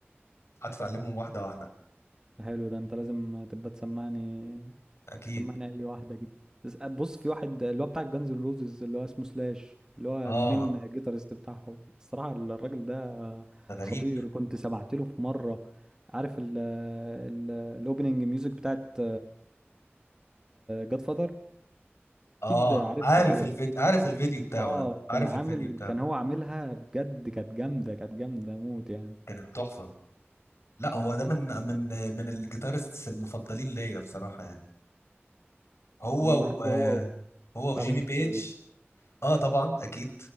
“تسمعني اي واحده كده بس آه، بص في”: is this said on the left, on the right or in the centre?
Right